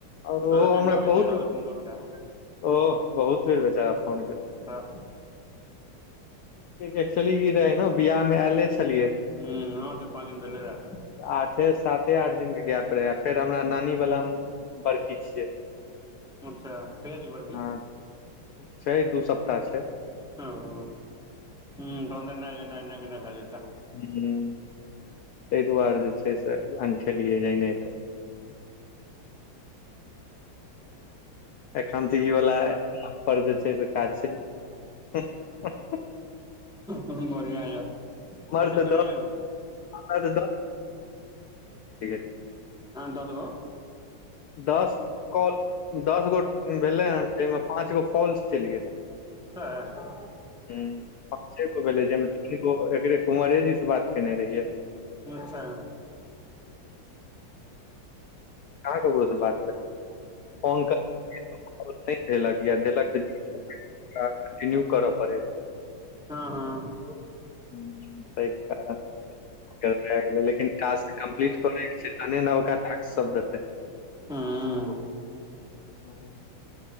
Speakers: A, in the centre; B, on the left.
A: अहाँके
B: ओर ओहो हमरा
A: लेकिन आबैके
B: बहुत
A: राहुल सिंह दोस्त रहै
B: ओह बहुत बेर बेचारा फोन केलकेय
A: तऽ
B: एक्चुली ई रहे न बियाह मे एले छलियै
A: हू <inaudible> पाँ दिन भेले रहा तऽ
B: आठे साते आठ दिन के गैप रहै फेर हमरा नानी वला बड़खी छियै
A: अच्छा कहिया छी बड़की
B: हँ छै दू सप्ताह छय
A: ओह तहन तऽ ऐनाय गेनाय ऐनाय गेनाय भेजेते
B: हूँ तेइ दुआरे जे छै से अनठेलियै जाने कऽ एखन तऽ ई वाला एप पर जे छै से काज छै <unintelligible>
A: बढ़िआँ यऽ
B: हमर
A: पैसा
B: तऽ
A: भेटै
B: दस
A: य ने
B: हमरा <inaudible>
A: हाँ दसगो
B: दस कॉ दस गो भेलै हन जाइमे पाँच गो फॉल्स चैल गेलै
A: सेह
B: हू पाँचेगो भेलै जइमे तीनगो एकरे कुँवरेजी से बात <inaudible> कहाँ
A: अच्छा हूं
B: ककरो स बात भेल फोन <inaudible> नय धेलक या देलक <inaudible> कंटिन्यू करऽ पड़ैत
A: हँ हँ <inaudible>
B: <inaudible> लेकिन टास्क कम्पलिट करै के छै तहने नबका टास्क सब देतै
A: हूं
B: <inaudible>